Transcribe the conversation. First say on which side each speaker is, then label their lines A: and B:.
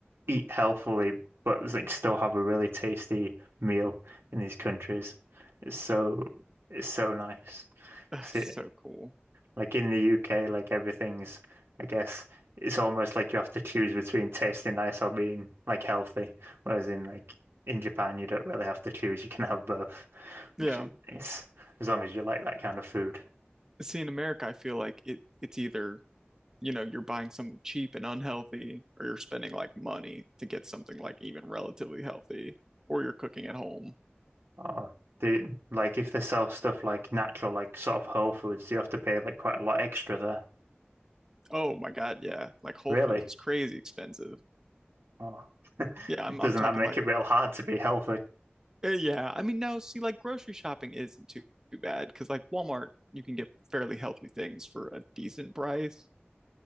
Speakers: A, on the right (about 85°); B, on the right (about 15°).
A: eat healthily, but like still have a really tasty meal in these countries. It's so it's so nice.
B: <sighs> That's
A: See,
B: so cool.
A: Like in the UK, like everything's, I guess, it's almost like you have to choose between tasting nice or being like healthy. Whereas in like in Japan, you don't really have to choose. You can have both, which
B: Yeah.
A: is nice, as long as you like that kind of food.
B: See, in America, I feel like it it's either you know, you're buying something cheap and unhealthy, or you're spending like money to get something like even relatively healthy, or you're cooking at home.
A: Oh, do like if they sell stuff like natural, like sort of whole foods, you have to pay like quite a lot extra there.
B: Oh my God, yeah. Like Whole
A: Really?
B: Foods is crazy expensive.
A: Oh, <laughs>
B: Yeah, I'm
A: doesn't
B: I'm talking
A: that make
B: like
A: it real hard to be healthy?
B: eh, yeah. I mean, no, see, like grocery shopping isn't too, too bad because like Walmart, you can get fairly healthy things for a decent price.